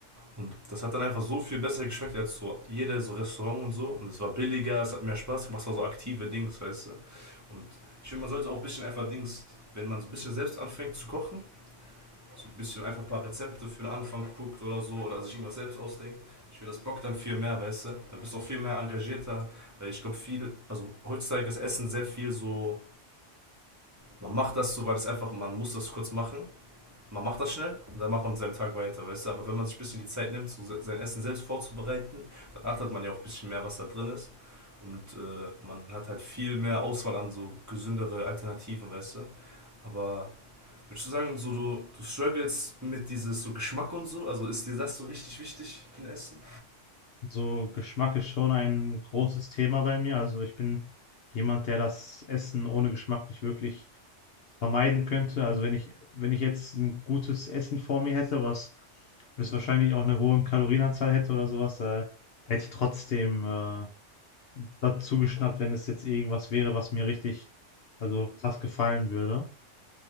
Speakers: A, on the right; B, on the left.
A: Und das hat dann einfach so viel besser geschmeckt als so jedes so Restaurant und so. Und es war billiger, es hat mehr Spaß gemacht, es war so aktive Dings, weißt du. Und ich finde, man sollte auch ein bisschen einfach Dings, wenn man so ein bisschen selbst anfängt zu kochen, so ein bisschen einfach ein paar Rezepte für den Anfang guckt oder so oder sich irgendwas selbst ausdenkt. Ich finde, das bockt dann viel mehr, weißt du. Dann bist du auch viel mehr engagierter, weil ich glaube, viel, also heutzutage ist Essen sehr viel so, man macht das so, weil es einfach, man muss das kurz machen man macht das schnell und dann macht man seinem Tag weiter, weißt du. Aber wenn man sich ein bisschen die Zeit nimmt, so sein Essen selbst vorzubereiten, dann achtet man ja auch ein bisschen mehr, was da drin ist. Und äh, man hat halt viel mehr Auswahl an so gesündere Alternativen, weißt du. Aber würdest du sagen, so du, du struggles mit dieses so Geschmack und so? Also ist dir das so richtig wichtig in Essen?
B: So Geschmack ist schon ein großes Thema bei mir. Also ich bin jemand, der das Essen ohne Geschmack nicht wirklich vermeiden könnte. Also wenn ich, wenn ich jetzt ein gutes Essen vor mir hätte, was das wahrscheinlich auch eine hohe Kalorienanzahl hätte oder sowas, da hätte ich trotzdem äh, dazu geschnappt, wenn es jetzt irgendwas wäre, was mir richtig, also krass gefallen würde.